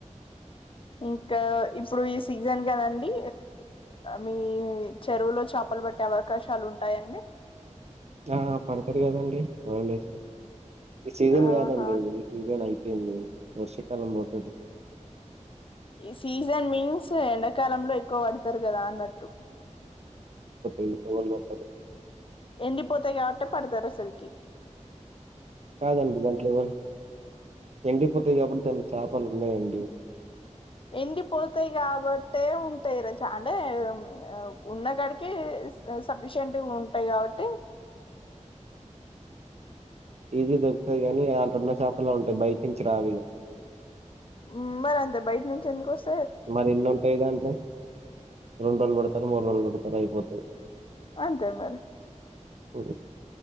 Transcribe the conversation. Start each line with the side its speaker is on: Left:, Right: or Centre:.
Left: ఇంకా ఇప్పుడు ఈ సీజన్ కదండి మీ చెరువులో చాపల్ పట్టే అవకాశాలు ఉంటాయంండి
Right: ఆ పడతారు గదండి వలలేస్ ఈ సీజన్
Left: ఆహా!
Right: కాదండి ఈ సీజన్ అయి ఏమోనా వర్షాకాలం పోతాది
Left: ఈ సీజన్ మీన్స్ ఎండాకాలంలో ఎక్కువ పడతారు కదా అన్నట్టు
Right: ఇంట్లో వాళ్లు కొట్టారు
Left: ఎండిపోతాయి కాబట్టే పడతారు అసలుకి
Right: కాదండి దాంట్లో ఎండిపోతాయి కాబట్టి దాంట్లో చేపలు ఉన్నాయండి
Left: ఎండిపోతాయి కాబట్టే ఉంటాయి రచ అంటే <unintelligible> ఉన్న కాడికి స స సఫిషియెంట్‌గా ఉంటాయి కాబట్టి
Right: ఈజీగా దొరుకుతాయి కానీ అల్ కణ చేపల్లో ఉంటాయి బయట్నుంచి రావిగా
Left: ఉమ్ మరి అంతే బయట నుంచి ఎందుకు వస్త
Right: మరి ఎన్ని ఉంటాయి దాంట్లో రెండు రోజులు పడతారు మూడు రోజులు పడతారు అయిపోత
Left: అంతే మరి
Right: ఓ